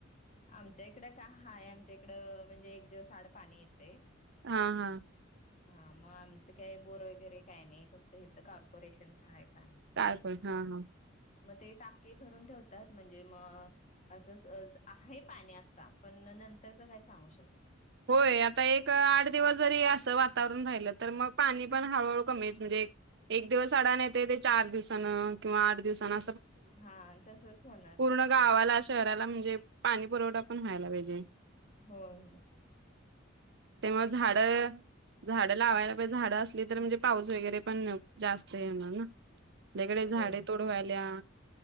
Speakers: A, on the left; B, on the right.
A: आमच्या इकडं का हाय आमच्या इकडं म्हणजे एक दिवस आड पाणी येते
B: हा हा
A: हा मग आमचं काय बोर वगैरे काय नाही फक्त ह्याचं कॉर्पोरेशनच आहे पण
B: कारकण हा हा
A: मग ते टाके भरून ठेवतात म्हणजे मग असं आहे पाणी आत्ता पण नंतरच काय सांगू शकत
B: होय आता एक आठ दिवस जरी असं वातावरण राहिलं तर मग पाणी पण हळूहळू कमीच म्हणजे एक दिवस अडाण येते ते चार दिवसान किंवा आठ दिवसन
A: नाही हा तसच होणार
B: पवा शहराला म्हणजे पाणी पुरवठा पण व्हायला पाहिजे
A: होय हो
B: तेमुळे झाड झाडं लावायला पाहिजे झाडं असली तर म्हणजे पाऊस वगैरे पण जास्त येणार ना कडे झाडे
A: होय
B: तोडवायल्या